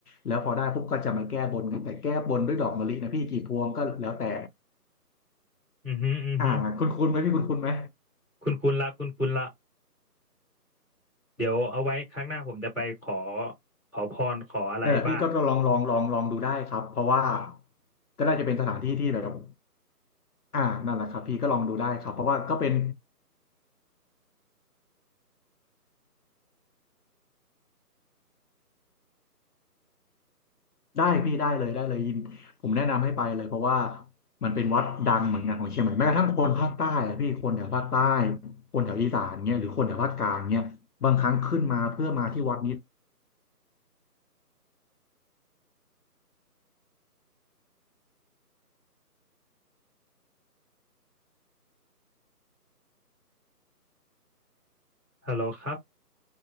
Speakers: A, on the left (about 70°); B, in the centre.
A: แล้วพอได้ปุ๊บก็จะมาแก้บนกันแต่แก้บนด้วยดอกมะลินะพี่กี่พวงก็แล้วแต่
B: อือฮึอือฮึ
A: อ่าคุณคุณไหมพี่คุณคุณไหม
B: คุ้นคุ้นละคุ้นคุ้นละ เดี๋ยวเอาไว้ครั้งหน้าผมจะไปขอขอพรขออะไรบ้าง
A: นั่นแหละพี่ก็ลองลองลองลองดูได้ครับเพราะว่าก็น่าจะเป็นสถานที่ที่แบบอ่านั่นแหละครับพี่ก็ลองดูได้ครับเพราะว่าก็เป็น ได้พี่ได้เลยได้เลยยินผมแนะนำให้ไปเลยเพราะว่ามันเป็นวัดดังเหมือนกันของเชียงใหม่แม้กระทั่งคนภาคใต้อะพี่คนแถวภาคใต้คนแถวอีสานเนี่ยหรือคนแถวภาคกลางเนี่ยบางครั้งขึ้นมาเพื่อมาที่วัดนี้
B: ฮัลโหลครับ